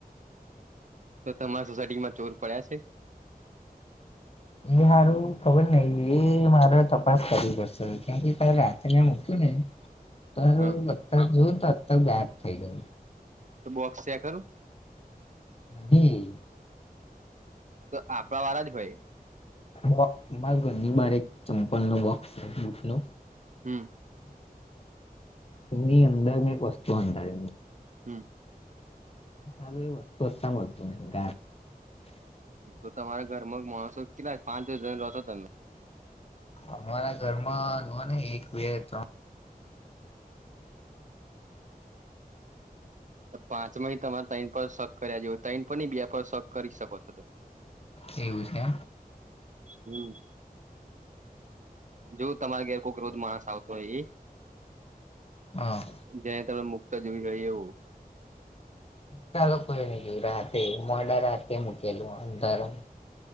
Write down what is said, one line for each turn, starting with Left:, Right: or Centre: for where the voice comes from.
Right: તો તમારા સોસાયટીમાં ચોર પડ્યા છે.
Left: એ સારું ખબર નહિ એ મારે તપાસ કરવી પડશે કેમ ક રાતેને મૂક્યું ને ત
Right: હા
Left: અત જોવ તો અ ગાયબ થઈ ગય
Right: તો બોક્સ છેયા કરું
Left: છે
Right: તો આપણા વાળા જ હોય
Left: મારા ઘરની બાર એક ચંપલ નો બોક્સ છે બુટ નો
Right: હમ
Left: એની અંદર મેં એક વસ્તુ હંધાર
Right: હમ
Left: ચાલું એ વસ્તુજતું ન ગ
Right: તો તમારા ઘર મગ માણસો કેટલા પાંચ દિવસ જણ રહોશો તમે
Left: અમારા ઘરમાં જોવા ને એક બે ત્રણ
Right: પાંચમાં તમારે તાન પર શક કર્યા જો તૈન પર ન બે પર શક કરી શકો છો તમે
Left: એવું છે?
Right: હમ. જો તમારે ઘેર ખૂક રોજ માણસ આવતો હોય એ
Left: હા.
Right: જ્યા તમે મુક્ત જોવી ગઈ એવું
Left: ચાલો કોઈ નઈ જો રાતે મોડા રાતે મૂકેલું અંદરમ